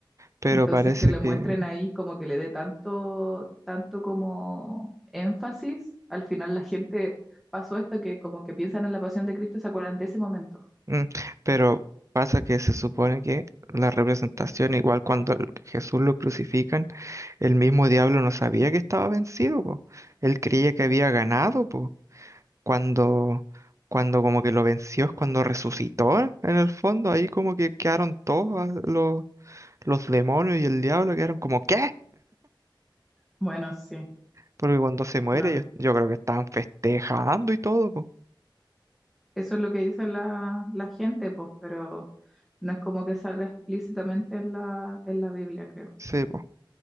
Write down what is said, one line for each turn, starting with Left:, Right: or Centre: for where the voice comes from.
Right: Pero
Centre: Entonces
Right: parece
Centre: que le
Right: que...
Centre: muestren ahí como que le dé tanto, tanto como énfasis, al final la gente pasó esto que como que piensan en la pasión de Cristo y se acuerdan de ese momento.
Right: mm, pero pasa que se supone que la representación, igual cuando el- Jesús lo crucifican, el mismo diablo no sabía que estaba vencido, po. Él creía que había ganado, po. cuando, cuando como que lo venció, es cuando resucitó en el fondo, ahí como que quedaron todos ah, los, los demonios y el diablo, quedaron como ¿qué?
Centre: Bueno, sí,
Right: Porque cuando se muere
Centre: claro.
Right: yo, yo creo que estaban festejando y todo, po.
Centre: Eso es lo que dice la, la gente, pues, pero no es como que salga explícitamente en la, en la Biblia, creo.
Right: Sí, po,